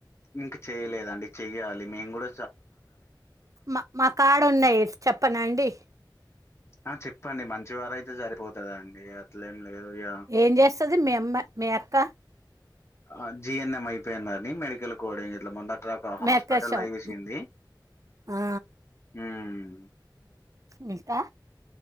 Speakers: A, on the left (about 35°); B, on the right (about 45°).
A: ఇంక చెయలేదండి చెయ్యాలి మేం గూడ
B: మా మా కాడున్నాయి చెప్పనాండి
A: ఆ చెప్పండి మంచివారయితే జరి పోతదండి అట్లేం లేదు ఇగ
B: ఏం చేస్తుది మీ అమ్మ మీ అక్క
A: ఆ జి ఎన్ ఎం అయిపోయిందండి మెడికల్ కోడింగ్ ఇట్ల ముందర్ ఒక
B: మీ
A: హాస్పెటల్ల
B: అక్క షాప్
A: జేసింది
B: ఆ,
A: మ్మ్
B: మిగతా